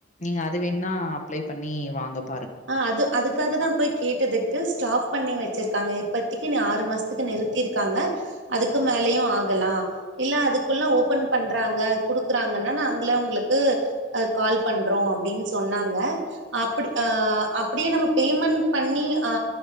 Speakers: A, on the left (about 40°); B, on the right (about 70°).
A: நீங்க அது வேணா அப்ளை பண்ணி வாங்கப்
B: ஆ அது அதுக்காக தா போய் கேட்டதுக்கு ஸ்டாப் பண்ணி வச் சிருக்காங்க இப்பத்திக்கு நீ ஆறு மாசத்துக்கு நிறுத்திருக்காங்க அதுக்கு மேலயு ஆகலா இல்ல அதுக்குள்ள ஓபன் பண்றாங்க குடுக்குறாங்கன்னா நாங்கள உங்களுக்கு கால் பண்றோ அப்டின் சொ சொன்னாங்க அப்புடி அ அப்டி நம்ம பேமெண்ட் பண்ணி அ